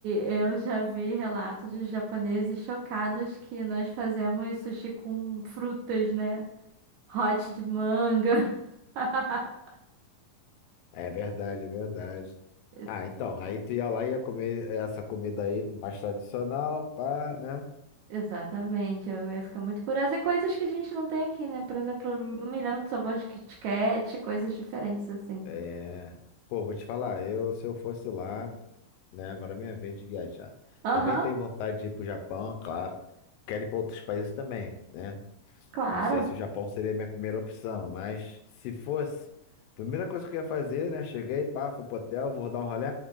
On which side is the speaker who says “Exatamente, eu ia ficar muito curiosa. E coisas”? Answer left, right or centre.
Right